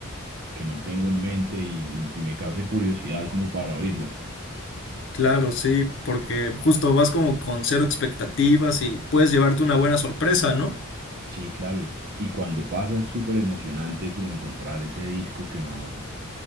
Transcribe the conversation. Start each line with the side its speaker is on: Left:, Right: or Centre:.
Right: que no tengo en mente y, y me cause curiosidad como para oírlo.
Left: Claro, sí, porque justo vas como con cero expectativas y puedes llevarte una buena sorpresa, ¿no?
Right: Sí, claro, es, y cuando pasa es súper emocionante como encontrar ese disco que no,